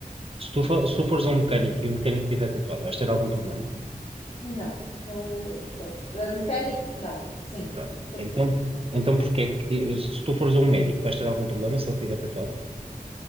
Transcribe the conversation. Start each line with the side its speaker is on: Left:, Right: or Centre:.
Right: Se tu, for- se tu fores a um mecânico e o mecânico tiver tatuado, vais ter algum problema?
Left: não. Ah, pronto, Ah, mecânico, não. Sim,
Right: Pronto.
Left: estou
Right: Então,
Left: a perceber.
Right: então porque é que eu- se tu fores a um médico, vais ter algum problema se ele tiver tatuado?